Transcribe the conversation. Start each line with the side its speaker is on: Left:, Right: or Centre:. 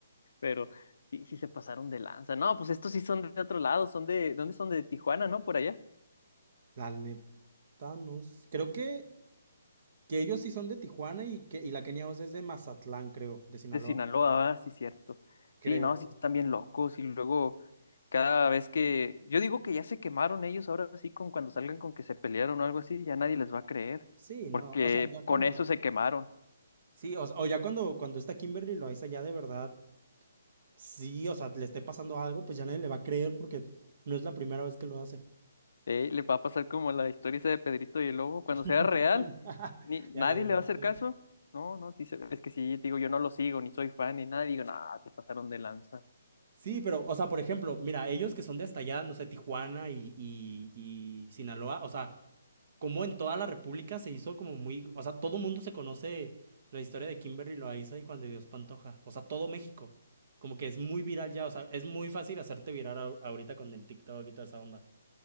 Left: pero sí, sí se pasaron de lanza. No, pues estos sí son de otro lado, son de, ¿dónde son? De Tijuana, ¿no? Por allá.
Right: La neta, no. s- Creo que, que ellos sí son de Tijuana y que y la Kenia Oz es de Mazatlán, creo, de Sinaloa.
Left: de Sinaloa, ah, sí, cierto.
Right: Creo.
Left: Sí, no, sí, están bien locos. Y luego, cada vez que. Yo digo que ya se quemaron ellos ahora sí, con cuando salgan con que se pelearon o algo así, ya nadie les va a creer.
Right: Sí, no.
Left: Porque
Right: O sea, ya cuando.
Left: con eso se quemaron.
Right: Sí, o, s- o ya cuando, cuando está Kimberly Loaiza ya de verdad, sí, o sea, le esté pasando algo, pues ya nadie le va a creer porque no es la primera vez que lo hace.
Left: Eh, le va a pasar como la historia esa de Pedrito y el Lobo. Cuando
Right: <laughs>
Left: sea real, ni,
Right: Ya
Left: nadie
Right: nadie le
Left: le
Right: va
Left: va a
Right: a
Left: hacer
Right: creer.
Left: caso. No, no, sí, se- es que sí, digo, yo no lo sigo, ni soy fan, ni nada. Digo, nada, te pasaron de lanza.
Right: Sí, pero, o sea, por ejemplo, mira, ellos que son de hasta allá, no sé, Tijuana y, y, y Sinaloa, o sea, como en toda la República se hizo como muy, o sea, todo mundo se conoce la historia de Kimberly Loaiza y Juan de Dios Pantoja, o sea, todo México, como que es muy viral ya, o sea, es muy fácil hacerte viral ahor- ahorita con el TikTok y toda esa onda.